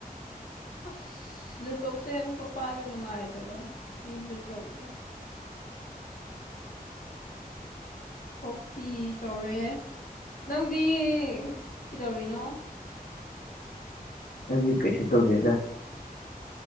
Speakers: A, on the left; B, on the left.
A: ꯑꯁ ꯂꯦꯞꯇꯣꯞꯁꯦ ꯑꯃꯨꯛꯀ ꯄꯥꯏꯕ ꯅꯨꯡꯉꯥꯏꯗꯕ ꯁꯤ ꯂꯦꯞꯇꯣꯞꯁꯦ ꯀꯣꯄꯤ ꯇꯧꯔꯦ ꯅꯪꯗꯤ ꯀꯩꯗꯧꯔꯤꯅꯣ
B: ꯑꯩꯗꯤ ꯀꯩꯁꯨ ꯇꯧꯗꯦꯗ